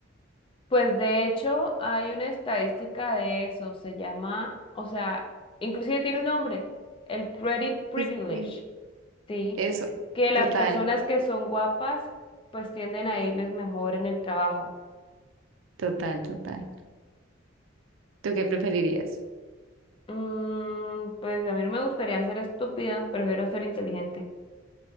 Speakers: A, on the left; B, on the right.
A: Pues de hecho hay una estadística de eso, se llama, o sea, inclusive tiene un nombre, el pretty privilege,
B: Sí, sí, sí.
A: ¿sí?
B: Eso,
A: Que las
B: total,
A: personas que son guapas pues tienden a irles mejor en el trabajo.
B: total, total. ¿Tú qué preferirías?
A: Mm, pues a mí no me gustaría ser estúpida, prefiero ser inteligente,